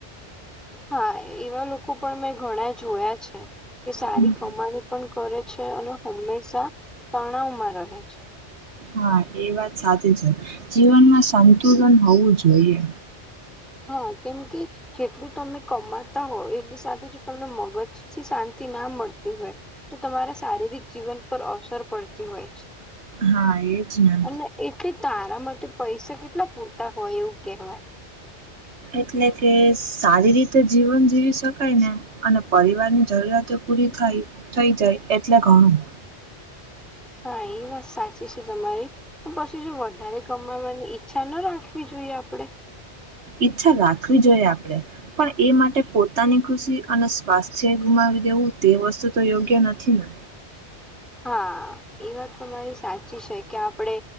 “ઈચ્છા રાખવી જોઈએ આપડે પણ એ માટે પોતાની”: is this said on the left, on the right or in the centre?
Right